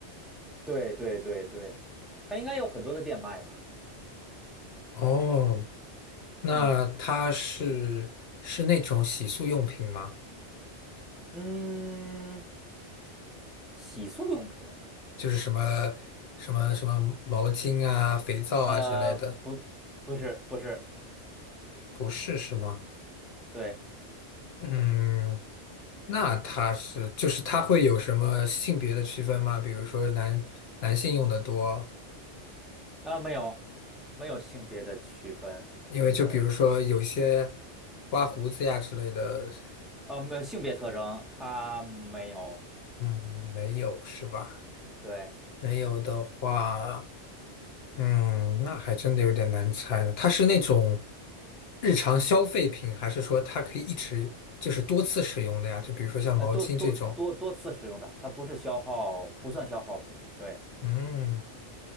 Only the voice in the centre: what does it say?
对对对对，它应该有很多的店卖吧。
嗯嗯，洗漱用品，
呃，不不是不是，
对，
啊、没有没有性别的区分，
对。
呃，没有性别特征，它没有，
对，
呃，多多多多次使用的，它不是消耗，不算消耗品，对，